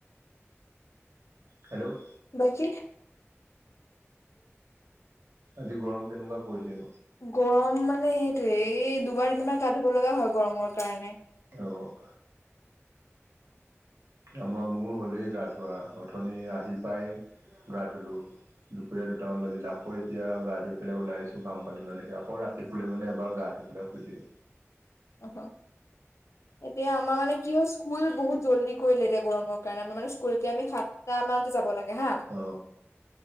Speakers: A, on the right (about 70°); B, on the left (about 75°).
A: হেল্ল'
B: বাকি
A: আজি গৰম কেনেকুৱা পৰিছে?
B: গৰম মানে সেইটোয়ে এই দুবাৰ, তিনিবাৰ গা ধুব লগা হয় গৰমৰ কাৰণে।
A: অহ' আমাৰ মূৰ হ'লেই গা ধোৱা, অথনি আহি পাই গা ধুলোঁ। দুপৰীয়া দুটামান বজাত আকৌ এতিয়া গা ধুই পেলাই ওলাইছো, ঘাম পানী ওলাই লেতেয়া আকৌ ৰাতি শুলে মানে এবাৰ গা ধুই পেলাই শুইধিম।
B: অহ' এতিয়া আমাৰ মানে কি হল স্কুল বহুত জল্দি কৰিলে এতিয়া গৰমৰ কাৰণে আমাৰ মানে স্কুলকে আমি সাতটা মানতে যাব লাগে হা
A: অ